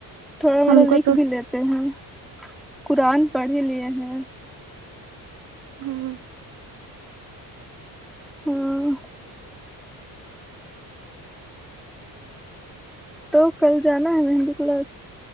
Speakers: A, in the centre; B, on the right (about 70°).
A: تھوڑا
B: ہم کو
A: لکھ
B: تو
A: بھی لیتے ہیں قرآن پڑھ ہی لیے ہیں
B: ہاں
A: ہوں تو کل جانا ہے مہندی کلاس